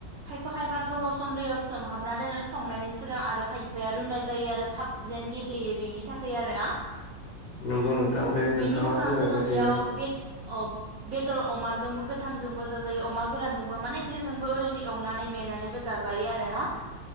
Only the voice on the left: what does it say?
नंगौ नोंथां बे
नोंथाङा
बुंनाय
बायदिनो